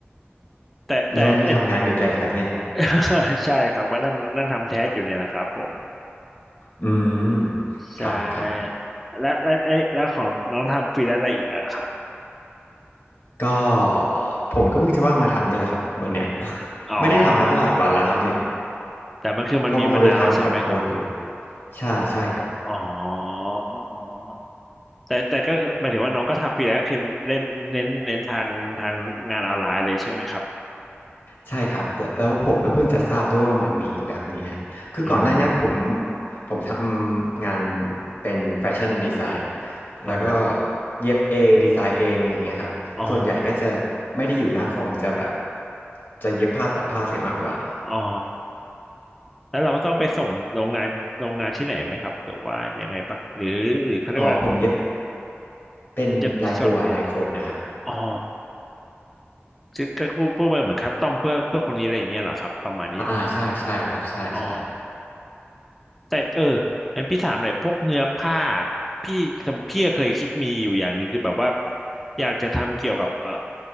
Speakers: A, in the centre; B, on the left.
A: แต่แต่
B: แล้ววันนี้ทำงานดึกเลยเหรอครับเนี่ย
A: <laughs> เอ่อ <laughs> ใช่ครับก็นั่งนั่งทำแท้สอยู่เนี่ยแหละครับผม
B: อืม
A: ใช่และและและแล้วของน้องทำฟรีแลนซ์อะไรอีกอะครับ
B: ครับครับ ก็ผมก็เพิ่งจะว่างมาทำนี่แหละครับวันเนี้ย <laughs>
A: อ๋อ
B: ไม่ได้ทำมาตั้งหลายวันแล้วครับเนี่ย
A: แต่มันคือมันมีมานานแล้วใช่ไหมครับ
B: เพอมัวไปทำกับโค้ดอยู่ใช่ใช่ครับ
A: อ๋ออ๋ออ๋อ แต่แต่ก็คือหมายถึงว่าน้องก็ทำปีแล้วก็คือเล่นเน้นเน้นทางทางงานออนไลน์เลยใช่ไหมครับ
B: ใช่ครับแล้วแล้วผมก็เพิ่งจะทราบด้วยว่ามันมีแบบเนี้ยคือก่อนหน้าเนี้ยผม
A: อืม
B: ผมทำงานเป็นแฟชั่นดีไซน์
A: อ๋อ
B: แล้วก็เย็บเองดีไซน์เองอย่างเงี้ยครับส่วนใหญ่ก็จะไม่ได้อยู่หน้าคอมจะแบบ
A: อ๋อ
B: จะเย็บผ้าตัดผ้าเสียมากกว่า
A: อ๋อแล้วเราก็ต้องไปส่งโรงงานโรงงานที่ไหนไหมครับหรือว่ายังไงบ้างหรือหรือเขาเรียกว่า
B: อ๋อผมเย็บเป็นลายตัวลายคนนะครับ
A: เย็บสดเนี่ยอ๋อคือก็พูดพูดไปเหมือนคัสตอมเพื่อเพื่อคนนี้อะไรอย่างเงี้ยเหรอครับประมาณนี้เหรอ
B: อ่าใช่ใช่ครับใช่ใช่
A: อ๋อ แต่เอองั้นพี่ถามหน่อยพวกเนื้อผ้าพี่สมพี่เคยคิดมีอยู่อย่างหนึ่งคือแบบว่าอยากจะทำเกี่ยวกับเออ